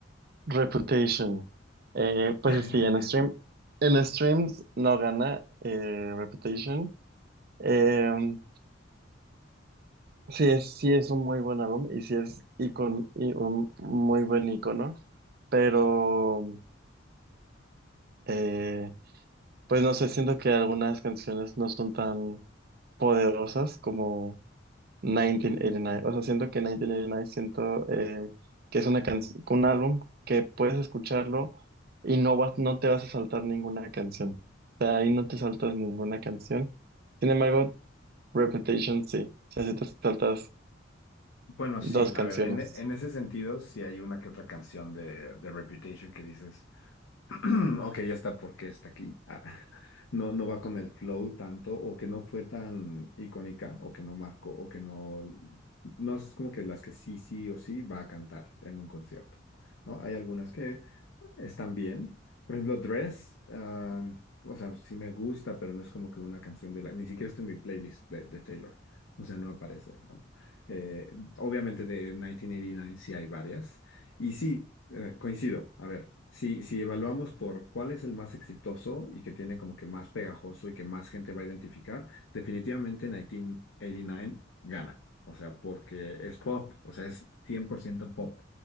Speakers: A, on the right (about 50°); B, on the left (about 80°).
A: Reputation. Eh, pues
B: <laughs>
A: sí, en stream, en streams no gana eh, Reputation. Em, Sí es, sí es un muy buen álbum y sí es icon, y un muy buen icono, pero eh, pues no sé, siento que algunas canciones no son tan poderosas como 1989. O sea, siento que 1989 siento eh, que es una can- un álbum que puedes escucharlo y no vas, no te vas a saltar ninguna canción. O sea, ahí no te saltas ninguna canción. Sin embargo, Reputation sí. O sea, sí te saltas
B: Bueno, sí,
A: dos canciones.
B: a ver, en, en ese sentido, sí hay una que otra canción de, de Reputation que dices. <clears throat> Ok, ya está porque está aquí. Ah, <laughs> no, no va con el flow tanto, o que no fue tan icónica, o que no marcó, o que no. No es como que las que sí, sí o sí va a cantar en un concierto, ¿no? Hay algunas que están bien. Por ejemplo, Dress, ah, o sea, sí me gusta, pero no es como que una canción de la. Ni siquiera está en mi playlist de, de Taylor. O sea, no aparece, ¿no? Eh, obviamente de 1989 sí hay varias y sí, eh, coincido. A ver, si, si evaluamos por cuál es el más exitoso y que tiene como que más pegajoso y que más gente va a identificar, definitivamente en 1989 gana. O sea, porque es pop, o sea, es 100% pop.